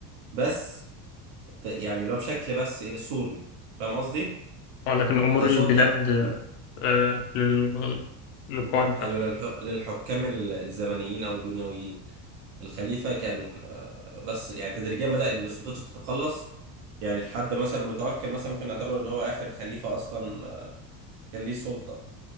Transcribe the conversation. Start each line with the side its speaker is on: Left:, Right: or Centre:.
Right: بس ت- يعني لو بشكل بس إيه، سوري فاهم قصدي
Left: آه، لكن أمور
Right: كسلطة
Left: البلاد آه، لل- للقائد ده
Right: أيوة للح... للحكام ال- الزمنيين أو الدنيويين الخليفة كان آه، بس يعني تدريجيا بدأ إن السلطات تتقلص يعني لحد مثلا المتوكل مثلا ممكن نعتبره اللي هو آخر خليفة أصلا آه، كان ليه سلطة